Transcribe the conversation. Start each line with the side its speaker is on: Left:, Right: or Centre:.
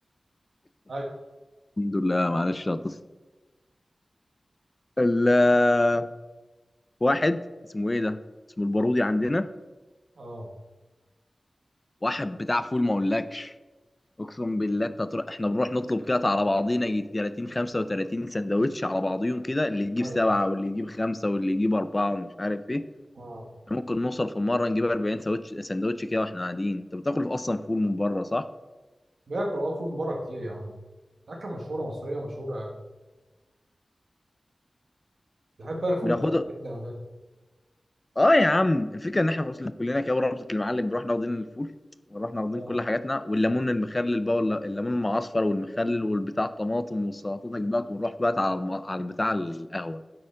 Right: ايوه
Left: الحمد لله معلش هتصل ال- واحد اسمه ايه ده اسمه البارودي عندنا
Right: اه
Left: واحد بتاع فول ما اقولكش اقسم بالله انت هتروح احنا بنروح نطلب كده على بعضينا يجي 30 35 سندوتش على بعضيهم كده اللي يجيب
Right: ايوه
Left: سبعه واللي يجيب خمسه واللي يجيب اربعه ومش عارف ايه
Right: اه
Left: ممكن نوصل في مره نجيب 40 سندوتش سندوتش كده واحنا قاعدين انت بتاكل اصلا فول من بره صح؟
Right: باكل اه فول من بره كتير يا عم اكله مشهوره مصريه مشهوره بحب انا فول
Left: بناخده
Right: الطعميه جدا على فكره
Left: اه يا عم الفكره ان احنا وصلنا كلنا كده ورابطه المعلم بنروح ناخدين الفول ونروح ناخدين
Right: اه
Left: كل حاجاتنا والليمون المخلل بقى ولا الليمون المعصفر والمخلل والبتاع الطماطم والسلطاتك بقى ونروح بقى على الم... على البتاع القهوه